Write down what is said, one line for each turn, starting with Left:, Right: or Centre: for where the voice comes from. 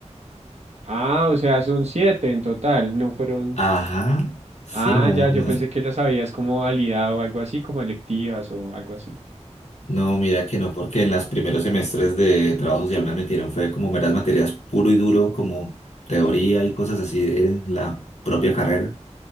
Right: Ah, o sea, son siete en total, no fueron,
Left: Ajá, sí,
Right: ah,
Left: no,
Right: ya,
Left: no,
Right: yo pensé que las habías como validado o algo así, como electivas o algo así.
Left: no, mira que no, porque en los primeros semestres de trabajo social me metieron, fue como meras materias puro y duro, como teoría y cosas así de la propia carrera,